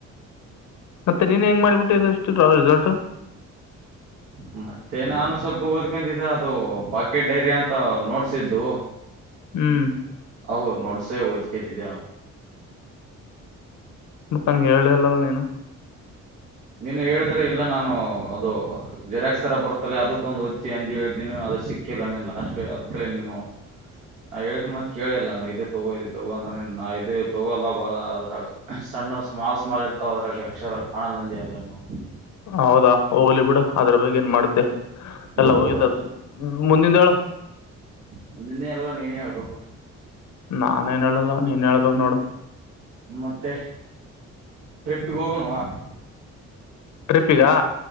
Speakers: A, on the left (about 75°); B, on the right (about 70°).
A: ಮತ್ತೆ ನೀನ್ ಹೆಂಗ್ ಮಾಡಿಬಿಟ್ಟಿದ್ದು ಇಷ್ಟು ರಿಸಲ್ಟ್
B: ಹ್ಮ ಮತ್ತೆ ನಾನು ಸ್ವಲ್ ಓದ್ಕಂತಿದೆ ಅದು ಪಾಕೆಟ್ ಡೈರಿ ಅಂತ ನೋಡ್ಸಿದ್ದು.
A: ಹ್ಮ್
B: ಅವು ನೋಡ್ಸೇ ಓದ್ಕೇತಿದೆ.
A: ಮತ್ ನನಿಗೆ ಹೆಲ್ನೆ ಇಲ್ಲಲ ನೀನು.
B: ನೀನು ಹೇಳಿದ್ರೆ ಇಲ್ಲ ನಾನು ಅದು ಜೆರಾಕ್ಸ್ ತರ ಬರ್ತಲ್ಲ ಅದು ತಗೊಂಡ್ ಓದುತ್ತೀಯ ಅಂದ ಹೇಳ್ದೀನಿ ಅದು ಸಿಕ್ಕಿಲ್ಲ ನೀನ್ ಲಾಸ್ಟ್ ಅದ ಕಲ ನೀನು ನನ್ ಹೇಳ್ದ ಮತ್ ಕೇಳಿಲ್ಲಾ ಇದು ತಗೋ ಇದು ತಗೋ ಅಂದ್ರೆ ನಾ ಇದು ತಗೋಲ್ಲ ಬಾಳ ಅದ್ರಾಗ ಸಣ್ಣ ಸ್ಮಾಲ್ ಸ್ಮಾಲ್ ಇರ್ತಾವ ಅದ್ರಾಗ ಅಕ್ಷರ ಕಾಣಲ್ಲಂದ. ಲೆನು.
A: ಹೌದಾ ಹೋಗ್ಲಿ ಬಿಡ ಅದ್ರ ಬಗ್ಗೆ ಏನ್ ಮಾಡ್ತ ಯ.
B: ಹೋಲಿವುಡ್
A: ಎಲ್ಲ ಹೋಗಿದ್ದ ಮುಂದಿಂದು ಹೇಳು
B: ಮುಂದಿನೇ ಯಲ್ಲ ನೀನೇ ಹೇಳ್ಬೇಕು
A: ನಾನನ್ ಏನ್ ಹೇಳಲ್ಲ ನೀನ್ ಹೇಳ್ಬೇಕ್ ನೋಡು
B: ಮತ್ತೆ ಟ್ರಿಪ್ಪಿಗೆ ಹೋಗಣವಾ
A: ಟ್ರಿಪ್ಪಗಾ